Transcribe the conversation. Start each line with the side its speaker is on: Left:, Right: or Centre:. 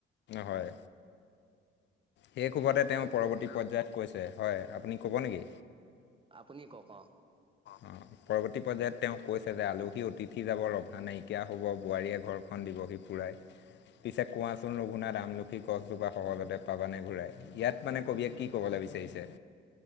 Left: হয়। সেই কোভতে তেওঁ
Right: আৰু
Left: পৰৱৰ্তী
Right: গ
Left: পৰ্যায়ত কৈছে। হয়। আপুনি ক'ব নেকি?
Right: আপুনি কওক। অ
Left: অঁ পৰৱৰ্তী পৰ্যায়ত তেওঁ কৈছে যে- আলহী অতিথি যাব, ৰভা নাইকিয়া হ'ব, বোৱাৰীয়ে ঘৰখন দিব <unintelligible> পিছে কোৱাচোন ৰঘুনাথ আমলখি গছজোপা সহজতে পাবা নে ঘূৰাই ইয়াত মানে কবিয়ে কি ক'বলৈ বিচাৰিছে।